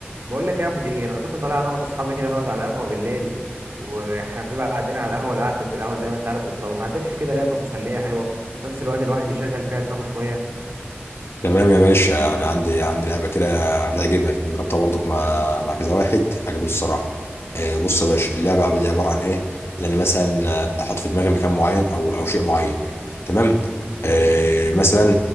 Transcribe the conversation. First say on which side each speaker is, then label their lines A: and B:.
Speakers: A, on the right; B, on the left.
A: بقول لك يا مدير انا كنت طالع انا واصحابي كده نقعد على القهوه بالليل واحنا بنبقى قاعدين على القهوه القعده القهوه زي ما انت عارف بتطول ما عندكش كده لعبه مسليه حلوه وفي نفس الوقت الواحد يشغل فيها دماغه شويه
B: تمام يا باشا انا عندي عندي لعبه كده هتعجبك انا جربتها برضك مع مع كذا واحد عجبته الصراحه آه، بص يا باشا اللعبه عب- دي عباره عن ايه ان انا مثلا آه، احط في دماغي مكان معين او او شيء معين تمام آه، مثلا